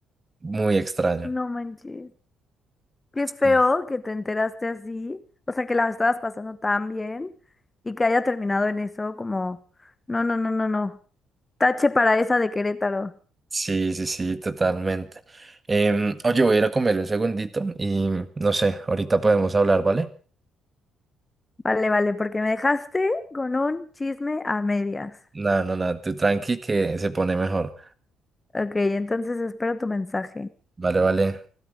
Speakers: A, on the right; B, on the left.
A: Muy extraño.
B: No manches. Qué feo
A: Sí.
B: que te enteraste así, o sea, que la estabas pasando tan bien y que haya terminado en eso, como, no, no, no, no, no. Tache para esa de Querétaro.
A: Sí, sí, sí, totalmente. Em, oye, voy a ir a comer un segundito y no sé, ahorita podemos hablar, ¿vale?
B: Vale, vale, porque me dejaste con un chisme a medias.
A: Nada, no, nada, tú tranqui que se pone mejor.
B: Ok, entonces espero tu mensaje.
A: Vale, vale.